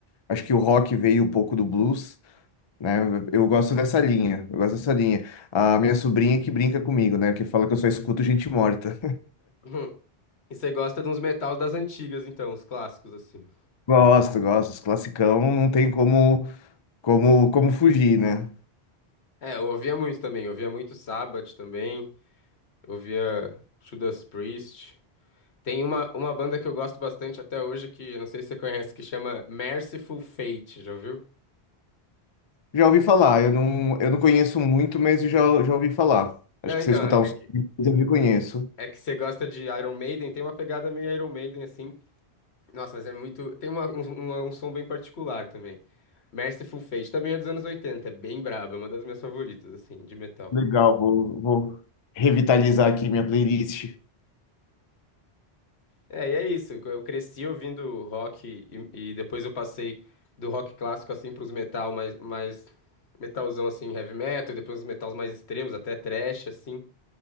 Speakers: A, on the left (about 35°); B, on the left (about 80°).
A: acho que o rock veio um pouco do blues. Né? Eu gosto dessa linha, eu gosto dessa linha. A minha sobrinha que brinca comigo, né? Que fala que eu só escuto gente morta.
B: Uhum. E você gosta de uns metal das antigas, então, os clássicos, assim.
A: Gosto, gosto. Os classicão não tem como, como, como fugir, né?
B: É, eu ouvia muito também. Eu ouvia muito Sabbath também. Eu ouvia Judas Priest. Tem uma, uma banda que eu gosto bastante até hoje, que não sei se você conhece, que chama Merciful Fate, já ouviu?
A: Já ouvi falar, eu não, eu não conheço muito, mas eu já, já ouvi falar. Acho
B: Não,
A: que
B: então,
A: se eu escutar uns
B: é que
A: pouquinhos, eu reconheço.
B: É que você gosta de Iron Maiden, tem uma pegada meio Iron Maiden, assim. Nossa, mas é muito. Tem uma- um, uma- um som bem particular também. Merciful Fate também é dos anos 80, é bem braba, é uma das minhas favoritas, assim, de metal.
A: Legal, vou, vou revitalizar aqui minha playlist.
B: É, e é isso. Eu cresci ouvindo rock e, e depois eu passei do rock clássico, assim, pros metal mais, mais metalzão, assim, heavy metal, depois os metals mais extremos, até thrash, assim.